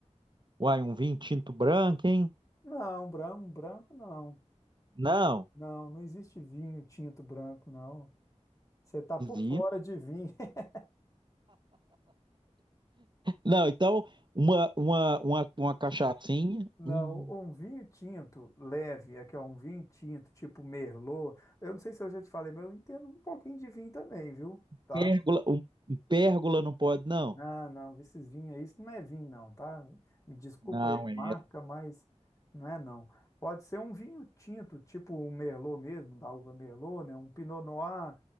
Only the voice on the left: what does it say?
Não, branco, branco não.
Não, não existe vinho tinto branco, não. Você tá por
fora de vinho. <laughs>
Não,
um vinho tinto leve, aqui é um vinho tinto tipo Merlot. Eu não sei se eu já te falei, mas eu entendo um pouquinho de vinho também, viu? Tá?
Não, não, esses vinhos aí, isso não é vinho não, tá? Me desculpa
aí a
marca, mas não é não. Pode ser um vinho tinto, tipo um Merlot mesmo, da uva Merlot, né? Um Pinot Noir,